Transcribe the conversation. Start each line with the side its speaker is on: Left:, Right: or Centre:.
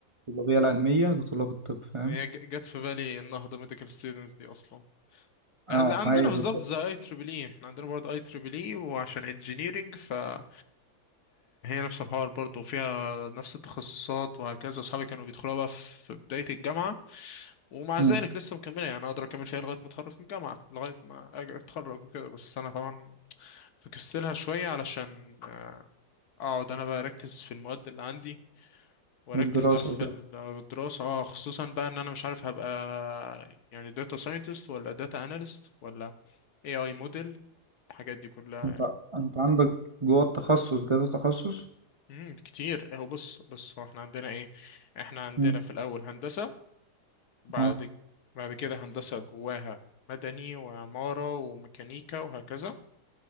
Right: الطلابية العلمية لطلاب الطب فاهم
Left: هي ج- جت في بالي النهضة ميديكال ستودنتس دي اصلا
Right: اه
Left: عندنا
Right: ما هي بالظبط
Left: بالظبط زي اي تريبل اي احنا عندنا برضه اي تريبل اي وعشان انجينيرنج فهي نفس الحوار برضه وفيها نفس التخصصات وهكذا اصحابي كانوا بيدخلوها بقى في بداية الجامعة ومع
Right: مم.
Left: ذلك لسه مكملة يعني اقدر اكمل فيها لغاية ما اتخرج من الجامعة لغاية ما أج- اتخرج وكده بس انا طبعا فكستلها شوية علشان اقعد انا بقى اركز في المواد اللي عندي واركز
Right: والدراسة
Left: بقى في
Right: وكده
Left: الدراسة اه خصوصا بقى ان انا مش عارف هبقى يعني داتا ساينتست ولا داتا اناليست ولا AI موديل الحاجات دي كلها
Right: انت انت عندك جوه التخصص كذا تخصص
Left: امم كتير اهو بص بص هو احنا عندنا ايه احنا عندنا
Right: مم.
Left: في الاول هندسة بعد
Right: اه
Left: بعد كده هندسة جواها مدني وعمارة وميكانيكا وهكذا